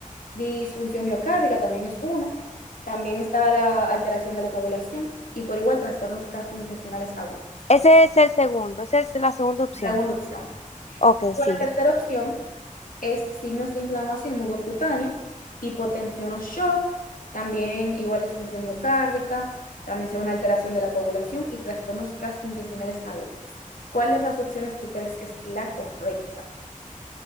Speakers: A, on the left (about 85°); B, on the left (about 50°).
A: disfunción miocárdica también es uno, también está la alteración de la coagulación y por igual trastornos gastrointestinales agudos.
B: Ese
A: Es
B: es el segundo, esa es la segunda opción.
A: la segunda opción.
B: Ok, sigue.
A: La tercera opción es signos de inflamación mucocutánea, hipotensión o shock, también igual disfunción miocárdica, también sea una alteración de la coagulación y trastornos gastrointestinales agudos. ¿Cuál de esas opciones tú crees que es la correcta?